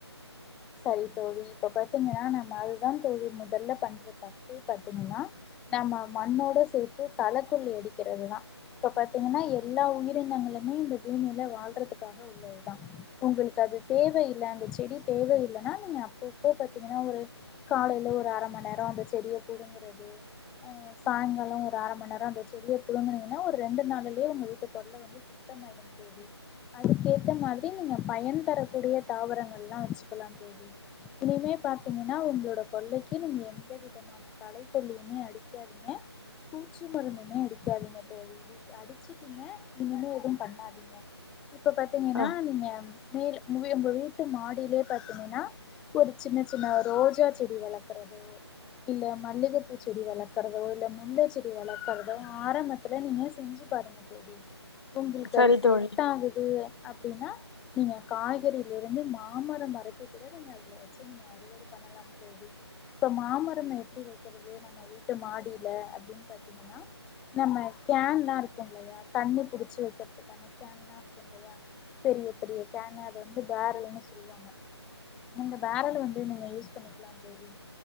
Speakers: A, in the centre; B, on the left.
A: சரி தோழி இப்ப பாத்தீங்கன்னா நம்ம அதுதான் தோழி முதல்ல பண்ற தப்பே பாத்தீங்கன்னா நம்ம மண்ணோட சேத்து களக்கொல்லி அடிக்கிறது தான் இப்ப பாத்தீங்கன்னா எல்லா உயிரினங்களுமே இந்த பூமில வாழ்றதுக்காக உள்ளதுதான் உங்களுக்கு அது தேவயில்ல அந்த செடி தேவயில் இல்லனா நீங்க அப்பப்போ பாத்தீங்கன்னா ஒரு காலேல ஒரு அர மண் நேரம் அந்த செடிய புடுங்குறது அஹ் சாங்காலம் ஒரு அர மண் நேரம் அந்த செடிய புடுங்குனீங்கன்னா ஒரு ரெண்டு நாளேலயே உங்க வீட்டு கொள்ள வந்து சுத்தமாயிடும் தோழி அதுக்கேத்த மாரி நீங்க பயன் தரக்கூடிய தாவரங்கள் எல்லாம் வச் கலாம் தோழி இனிமே பாத்தீங்கன்னா உங்களோட கொள்ளைக்கு நீங்க எந்த விதமான களை கொல்லியுமே அடிக்காதீங்க பூச்சி மருந்துமே அடிக்காதீங்க தோழி வி் அடிச்சுட்டீங்க இனிமே எதுவும் பண்ணாதீங்க இப்ப பாத்தீங்கன்னா
B: ஆ
A: நீங்க மேல் மு உங்க வீட்டு மாடிலயே பாத்தீங்கன்னா ஒரு சின்ன சின்ன ரோஜா செடி வளக்குறதோ இல்ல மல்லிகைப்பூ செடி வளக்கறதோ இல்ல முல்ல செடி வளக்குறதோ ஆரம்பத்துல நீங்க செஞ்சு பாருங்க தோழி உங்களுக்கு
B: சரி
A: அது செட்
B: தோழி
A: ஆகுது அப்படின்னா நீங்க காய்கறில இருந்து மாமர ம வக்கக்கூட அதுல நீங்க வச்சு நீங்க அறுவட பண்ணலாம் தோழி இப்ப மாமரம் எப்டி வைக்கிறது நம்ம வீட்டு மாடில அப்டின்னு பாத்தீங்கன்னா நம்ம கேன்ல்லாம் இருக்கு இல்லையா தண்ணி புடிச்சு வைக்கிறதுக்கான கேன்ல்லாம் இருக்கு இல்லையா பெரிய பெரிய கேன் அது வந்து பேரல்னு சொல்லுவாங்க இந்த பேரல வந்து நீங்க யூஸ் பண்ணிக்கலாம் தோழி